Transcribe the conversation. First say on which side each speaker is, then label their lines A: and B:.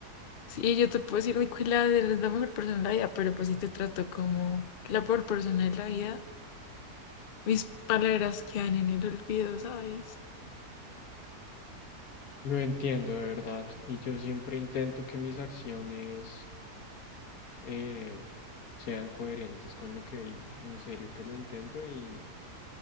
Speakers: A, on the left; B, on the left.
A: Sí, yo te puedo decir, Nicolás, eres la mejor persona de la vida, pero pues si te trato como la peor persona de la vida, mis palabras quedan en el olvido, ¿sabes?
B: Lo entiendo de verdad y yo siempre intento que mis acciones eh, sean coherentes con lo que digo. En serio que lo intento y,